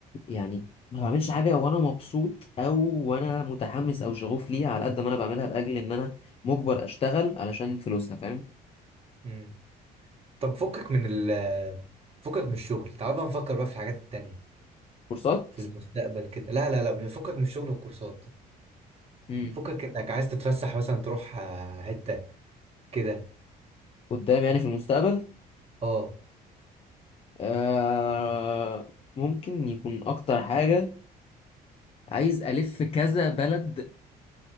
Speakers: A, on the left; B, on the right.
A: يعني ما بعملش حاجة وانا مبسوط او وانا متحمس او شغوف ليها على قد ما انا بعملها لاجل ان انا مجبر اشتغل علشان فلوسها فاهم
B: امم طب فكك من ال فكك من الشغل تعال بقى نفكر بقى في الحاجات التانية
A: كورسات
B: في المستقبل كده لا لا لا فكك من الشغل والكورسات
A: امم
B: فكك انك عايز تتفسح مثلا تروح آه، حته كده
A: قدام يعني في المستقبل
B: اه
A: آه ممكن يكون اكتر حاجة عايز الف كذا بلد